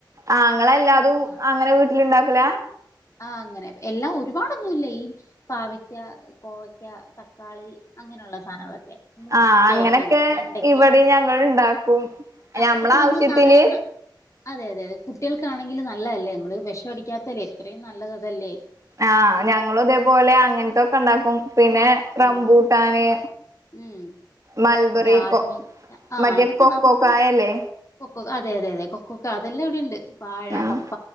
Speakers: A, on the right; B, on the left.
A: ആഹ് ഇങ്ങളല്ലതും
B: ആഹ്
A: അങ്ങനെ വീട്ടില ഇണ്ടാക്കല
B: ആഹ് അങ്ങനെ എല്ലാം ഒരുപാടൊന്നുമല്ല ഈ പാവയ്ക്ക കോവയ്ക്ക തക്കാളി അങ്ങനെയുള്ള സാധനങ്ങളൊക്കെ മുരിങ്ങക്കയൊക്കെല്ലേ
A: ആഹ് അങ്ങനൊക്കെ
B: വെണ്ടയ്ക്ക
A: ഇവിടെ നങ്ങളും ഇണ്ടാക്കും
B: ആഹ്
A: ഞമ്മള
B: അതൊക്കെ
A: ആവശ്യത്തിന്
B: നമ്മള് സാധാരണ അതെ അതെ അതെ കുട്ടികൾക്കാണെങ്കിൽ നല്ലതല്ലേ നമ്മള് വേഷടിക്കാതെല്ലേ എത്രയും നല്ലത്തല്ലേ
A: ആഹ് ഞങ്ങളും ഇതേപോലെ അങ്ങനത്തൊക്കെ ഇണ്ടാക്കും പിന്നെ
B: ഉം
A: റംബൂട്ടാന്
B: ഉം
A: മൽബറി
B: ജാതി
A: കൊ
B: ആഹ്
A: മറ്റേ
B: അതൊക്കെ
A: കൊക്കോക്കായല്ലേ
B: നമുക്ക് നട്ട് കൊക്ക അതെ അതെ അതെ കൊക്കൊക്ക അതെല്ലാം എവിടെ ഇണ്ട് വാഴ
A: ആഹ്
B: കപ്പ